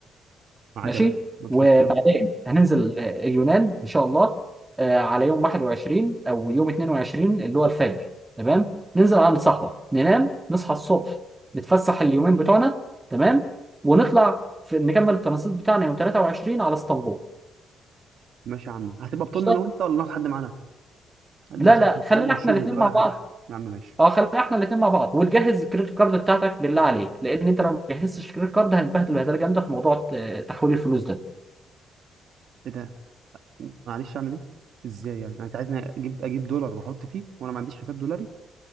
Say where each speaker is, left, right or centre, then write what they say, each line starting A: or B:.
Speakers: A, on the right; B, on the right.
A: معاك
B: ماشي
A: يا باشا مفيش
B: وبعدين
A: مشكلة
B: هننزل آه، اليونان ان شاء الله آه، على يوم 21 او يوم 22 اللي هو الفجر تمام ننزل على الصحراء ننام نصحى الصبح نتفسح اليومين بتوعنا تمام ونطلع في نكمل الترانزيت بتاعنا يوم 23 على اسطنبول
A: ماشي يا عم هتبقى بطولنا
B: مش صح؟
A: أنا وأنت ولا ناخد حد معانا؟ حد
B: لا
A: مش
B: لا خلينا
A: حد مش
B: احنا
A: شغل
B: الاثنين
A: كده ولا
B: مع بعض
A: حد يا عم ماشي
B: اه خلينا احنا الاثنين مع بعض وتجهز الكريدت كارد بتاعتك بالله عليك لان انت لو ما جهزتش الكريدت كارد هنتبهدل بهدله جامده في موضوع آه، تحويل الفلوس ده
A: إيه ده؟ معلش اعمل ايه ازاي يعني انت عايزني اجيب اجيب دولار واحط فيه وانا ما عنديش حساب دولاري